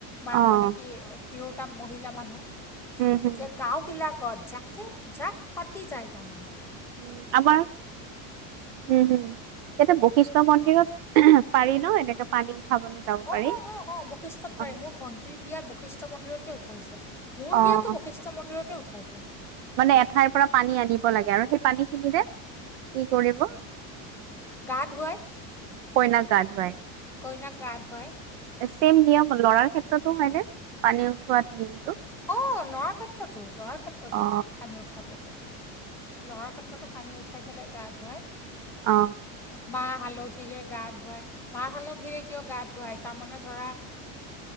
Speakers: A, in the centre; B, on the right.
A: মা
B: অ',
A: মানে কি তিৰোটা মহিলা মানুহ
B: উম, হুম,
A: এতিয়া গাঁওবিলাক যাকে যাক পাতি যায় তাৰ মানে
B: উম আমাৰ হম হম ইয়াতে বশিষ্ঠ মন্দিৰত পাৰি ন এনেকে পানী উঠাবলৈ যাব
A: অ
B: পাৰি।
A: অ অ অ বৈশিষ্টত পাৰি
B: অ',
A: মোৰ ভণ্টিৰ বিয়া বৈশিষ্ট মন্দিৰতে উঠাইছে মোৰ
B: অ'।
A: বিয়াতো বৈশিষ্ট মন্দিৰতে উঠাইছে
B: মানে এঠাইৰ পৰা পানী আনিব লাগে আৰু সেই পানী খিনিৰে কি কৰিব
A: গা ধুৱাই
B: কইনাক গা ধুৱাই
A: কইনাক গা ধুৱায়
B: চেম নিয়ম লৰাৰ ক্ষেত্ৰতো হয়নে পানী উঠোৱা নিয়মটো
A: অ লৰ ক্ষেত্ৰতো লৰাৰ ক্ষেত্ৰতো
B: অ
A: পানী উঠাব যায় লৰাৰ ক্ষেত্ৰতো পানী উঠাই পেলাই গা ধুৱায়
B: অ
A: মাহ হালধিৰে গা ধুৱায় মাহ হালধিৰে কিয় গা ধুৱায় তাৰমানে ধৰা